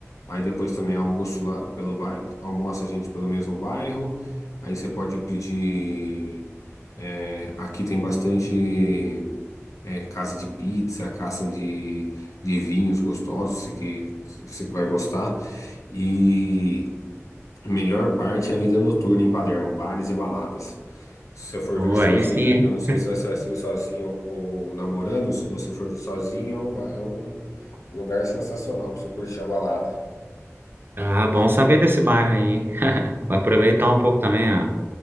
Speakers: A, on the left (about 85°); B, on the right (about 45°).
A: Aí depois também almoço lá pelo bairro, almoça a gente pelo mesmo bairro. Aí você pode pedir. é, aqui tem bastante é, casa de pizza, casa de, de vinhos gostosos, você que, você que vai gostar. E Melhor parte é a vida noturna em Palermo, bares e baladas. Se você for
B: Pô,
A: vir sozinho,
B: aí sim, hein?
A: eu não sei se vai ser assim sozinho ou, ou namorando, se você for vir sozinho, é um, ba- é um lugar sensacional para você curtir a balada.
B: Ah, bom saber desse bairro aí, hein? <laughs> Aproveitar um pouco também a,